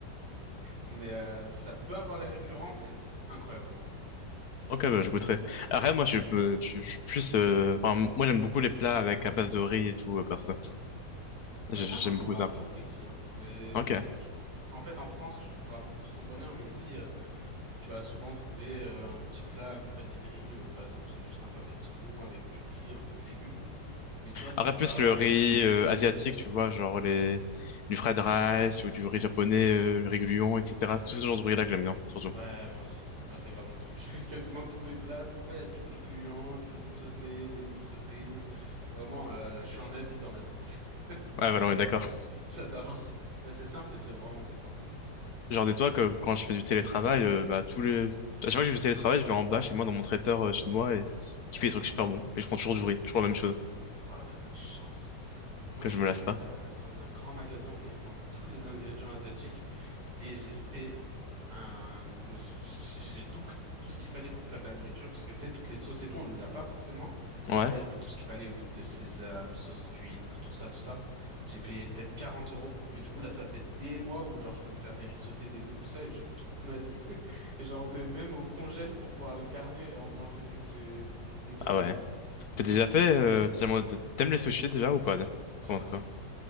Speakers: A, on the right; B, on the left.
A: Mais euh, ça peut avoir l'air récurrent, mais c'est incroyablement bon.
B: Ok, bah, je goûterai. Après, moi, je, peux- je, je suis plus. euh, Enfin, moi, j'aime beaucoup les plats avec à base de riz et tout, euh, perso. J'ai-
A: Bah ça,
B: J'aime
A: t'en auras
B: beaucoup ça.
A: beaucoup ici, hein. Mais
B: Ok.
A: c'est- je trouve. En fait, en France, tu trouveras beaucoup plus ton bonheur, mais ici. euh, Tu vas souvent trouver euh, un petit plat accompagné de riz, euh, par exemple, c'est juste un pavé de saumon avec du riz, un peu de légumes. Mais tu vois, c'est
B: Après,
A: pas...
B: plus le riz euh, asiatique, tu vois, genre les du fried rice ou du riz japonais, euh, le riz gluant, etc. Tout ce genre de riz-là que j'aime bien, surtout.
A: Ouais, moi aussi. Moi, c'est grave mon truc. <laughs> Quasiment tous mes plats, c'est soit il y a du riz gluant, du riz sauté, des nouilles sautées. Vraiment, euh, je suis en Asie dans ma tête. <laughs>
B: Ouais, voilà, on est d'accord.
A: J'adore. Mais c'est simple et c'est vraiment bon, quoi.
B: Genre, dis-toi que quand je fais du télétravail, euh, bah, tous les... à chaque fois que j'ai du télétravail, je vais en bas chez moi dans mon traiteur euh, chinois et qui fait des trucs super bons. Et je prends toujours du riz, toujours la même chose,
A: Ah, t'as de la chance. Moi,
B: que
A: je
B: je
A: suis
B: me
A: allé
B: lasse pas.
A: euh, dans un grand magasin où ils vendent tous les ingrédients asiatiques. Et j'ai fait un... je- je- je- J'ai tout pris, tout ce qu'il fallait pour faire de la nourriture, parce que tu sais, toutes les sauces et tout, on les a pas forcément.
B: Ouais?
A: Et là, j'ai pris tout ce qu'il fallait, huile de sésame, sauce d'huître, tout ça, tout ça. J'ai payé peut-être 40 euros, mais du coup, là, ça fait des mois où, genre, je peux me faire des riz sautés, des nouilles, tout ça, et je kiffe ma vie. <laughs> Et j'en mets même au congèle pour pouvoir les garder et en manger dès que j'ai, dès que
B: Ah
A: j'en ai
B: ouais.
A: envie, quoi.
B: T'as déjà fait, euh, t'as déjà- mangé- t'aimes les sushis déjà ou pas? de-
A: J'adore.
B: Avant de quoi?